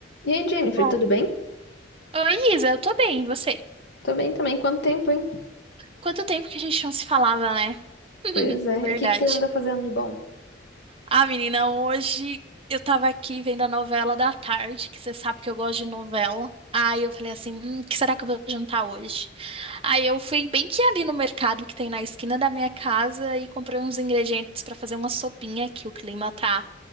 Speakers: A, on the left; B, on the right.
A: E aí, Jennifer,
B: Bom,
A: tudo bem?
B: Oi, Isa, eu tô bem, e você?
A: Tô bem também. Quanto tempo, hein?
B: Quanto tempo que a gente não se falava, né? <laughs>
A: Pois é.
B: Verdade.
A: E o que que você anda fazendo de bom?
B: Ah, menina, hoje eu tava aqui vendo a novela da tarde, que você sabe que eu gosto de novela. Aí eu falei assim, hum, o que será que eu vou jantar hoje? Aí eu fui bem que ali no mercado que tem na esquina da minha casa e comprei uns ingredientes pra fazer uma sopinha, que o clima tá